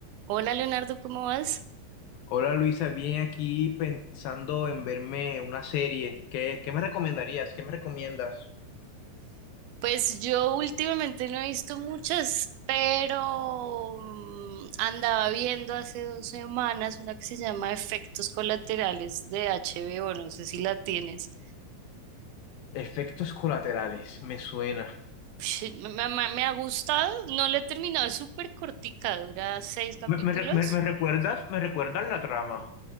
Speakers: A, on the right (about 85°); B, on the left (about 80°).
A: Hola Leonardo, ¿cómo vas?
B: Hola Luisa, bien aquí pensando en verme una serie. ¿Qué, qué me recomendarías? ¿Qué me recomiendas?
A: Pues yo últimamente no he visto muchas, pero mm, andaba viendo hace dos semanas una que se llama Efectos Colaterales de HBO, no sé si la tienes.
B: Efectos colaterales, me suena.
A: Ush, me, me- me ha gustado, no la he terminado, es súper cortica, dura seis capítulos,
B: ¿Me, me re- me- me recuerdas? ¿Me recuerdas la trama?